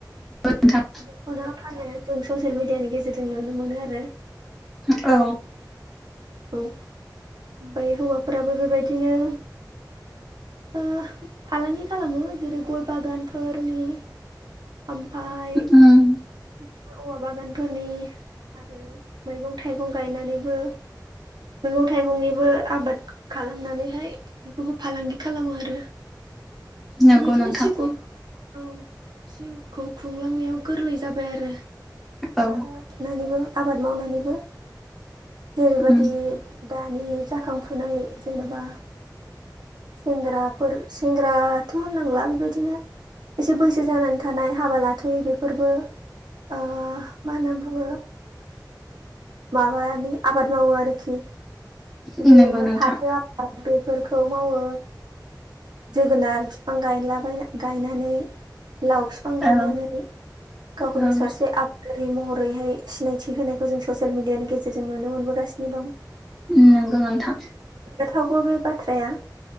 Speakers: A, in the centre; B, on the right.
A: नोंथां
B: दख'ना फानो जों ससियेल मिडियानि गेजेरजों नुनो मोनो आरो
A: औ।
B: औ ओमफ्राय हौवाफोराबो बेबायदिनो ओ फालांगि खालामो जेरै गय बागानफोरनि ओमफफ्राय
A: उम
B: औवा बागानफोरनि आरो मैगं थाइगं गायनानैबो मैगं थाइगंनिबो आबाद खालामनानैहाय बेखौबो फालांगि खालामो आरो
A: नंगौ
B: बेबायदिनो
A: नोंथां
B: जिउखौ औ जिउखौ खुंलांनायाव गोरलै जाबाय आरो
A: औ
B: माबा नानैबो आबाद मावनानैबो जेरैबाय
A: उम
B: बे दानि जाखांफुनाय जेनेबा सेंग्राफोर सेंग्रााथ' होननांला बेबायदिनो एसे बैसो जानानै थानाय हाबा लाथ'यो बेफोरबो ओ मा होनना बुङो माबानि आबाद मावो आरोखि खि
A: उम
B: जेरैहाय
A: नंगौ नोंथां
B: फाथो आबाद बेफोरखौ मावो जोगोनार बिफां गायलाबाय गायनानै लाव बिफां गायनानै
A: औ
B: गावखौनो
A: औ
B: सासे आ रै महरैहाय सिनायथि होनायखौ जों ससियेल मिडियानि गेजेरजों नुनो मोनबोगासिनो दं।
A: उम नोंगौ नांथां।
B: जाथावगौ बे बाथ्राया